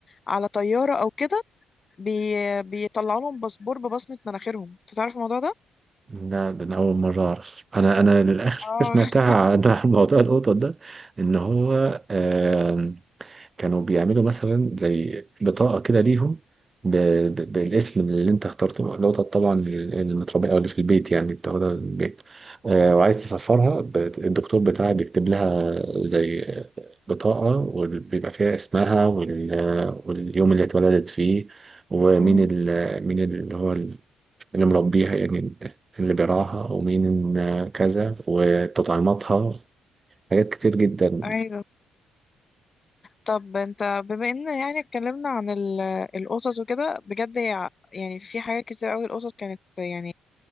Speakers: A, on the left; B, on the right.
A: على طياره او كده بي بيطلعوا لهم باسبور ببصمه مناخيرهم انت تعرف الموضوع ده
B: لا ده انا اول مره اعرف انا انا للاخر
A: اه
B: حاجة سمعتها
A: <laughs>
B: عن <laughs> موضوع القطط ده ان هو آه كانوا بيعملوا مثلا زي بطاقه كده ليهم ب- ب- بالاسم اللي انت اخترته القطط طبعا المتربيه او اللي في البيت يعني بتاخدها من البيت آه وعايز تسفرها ب- الدكتور بتاعها بيكتب لها زي بطاقه وبيبقى فيها اسمها وال- واليوم اللي اتولدت فيه ومين
A: أمم،
B: ال مين اللي هو اللي مربيها يعني اللي بيراها ومين كذا وتطعيماتها حاجات كتير جدا
A: ايوه طب انت بما ان يعني اتكلمنا عن ال- القطط وكده بجد هي يعني في حاجات كتير قوي القطط كانت يعني